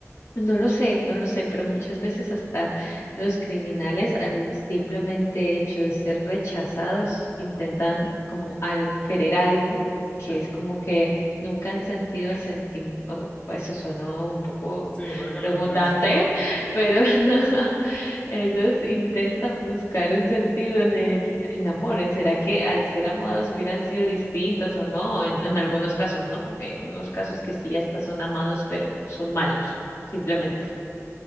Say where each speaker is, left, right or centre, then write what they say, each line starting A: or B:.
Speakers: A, on the left; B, on the left.
A: no lo sé, no lo sé, pero muchas veces hasta los criminales al simplemente hecho de ser rechazados intentan como algo, querer algo que
B: Sí,
A: es como que nunca han sentido el sentimiento, eso suena un poco
B: sí, valga la
A: redundante,
B: redundancia.
A: <laughs> pero <laughs> ellos intentan buscar un sentido en el, el amor. ¿eh? ¿Será que al ser amados hubieran sido distintos o no? En, en algunos casos, ¿no? Porque hay unos casos que sí, hasta son amados, pero son malos simplemente.